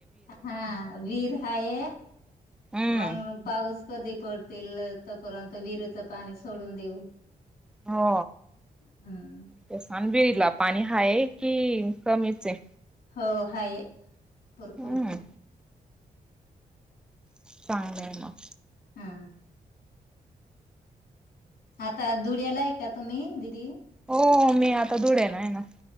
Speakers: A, on the left; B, in the centre.
A: हा वीर हाय
B: हम्म.
A: मग पाऊस कधी पडतील तपर्यंत विरेचं पाणी सोडून देऊ.
B: हो
A: हम्म
B: ते सान बी त पाणी हा आहे कि कमीच आहे?
A: हो हाय भरपूर
B: हम्म
A: हाय.
B: चांगलंय मग.
A: हा आता धुड्याला एक का तुम्ही दिदी?
B: हो मी आता धुड्याला आहे ना.